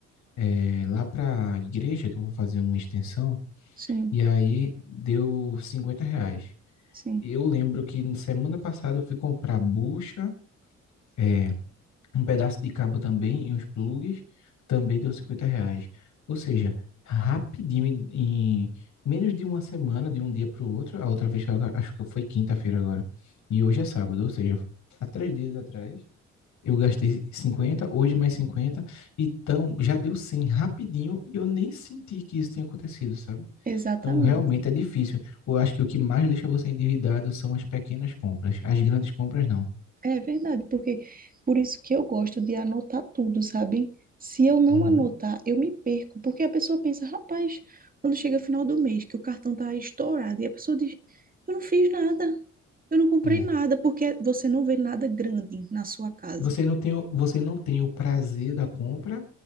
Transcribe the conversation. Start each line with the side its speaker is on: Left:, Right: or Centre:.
Left: é, lá para a igreja que eu vou fazer uma extensão.
Right: sim,
Left: E aí deu 50 reais.
Right: sim.
Left: Eu lembro que na semana passada eu fui comprar bucha, é, um pedaço de cabo também e uns plugs, também deu 50 reais. Ou seja, rapidinho, em, em menos de uma semana, de um dia para o outro, a outra vez, agora- acho que foi quinta-feira agora, e hoje é sábado, ou seja, há três dias atrás, eu gastei 50, hoje mais 50, então já deu 100 rapidinho e eu nem senti que isso tinha acontecido, sabe?
Right: Exatamente.
Left: Então, realmente é difícil. Eu acho que o que mais deixa você endividado são as pequenas compras. As grandes compras, não.
Right: É verdade, porque por isso que eu gosto de anotar tudo, sabe? Se eu não
Left: Uhum.
Right: anotar, eu me perco, porque a pessoa pensa, rapaz, quando chega final do mês, que o cartão tá estourado, e a pessoa diz, eu não fiz nada, eu não comprei
Left: É.
Right: nada, porque você não vê nada grande na sua casa.
Left: Você não tem, o- você não tem o prazer da compra,